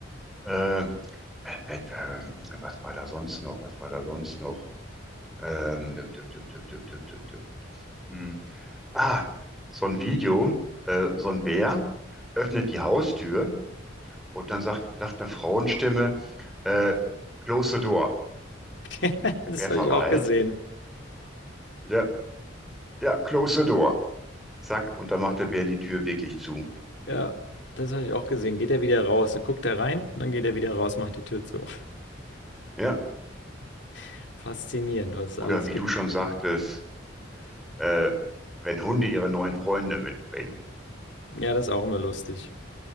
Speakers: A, in the centre; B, on the left.
A: Ähm, äh, äh, äh, was war da sonst noch? Was war da sonst noch? Ähm, düpp, düpp, düpp, düpp, düpp, düpp, düpp, düpp. Hm. Ah, so ein Video, äh, so ein Bär öffnet die Haustür und dann sagt, sagt eine Frauenstimme, äh, Close the door.
B: <laughs> Das
A: Der Bär
B: habe
A: verweilt.
B: ich auch gesehen.
A: Ja, ja, close the door. Zack, und dann macht der Bär die Tür wirklich zu.
B: Ja, das habe ich auch gesehen. Geht er wieder raus, dann guckt er rein, und dann geht er wieder raus, macht die Tür zu.
A: Ja,
B: <laughs> Faszinierend, was es alles
A: oder wie
B: gibt.
A: du schon sagtest, äh, wenn Hunde ihre neuen Freunde mitbringen.
B: Ja, das ist auch immer lustig.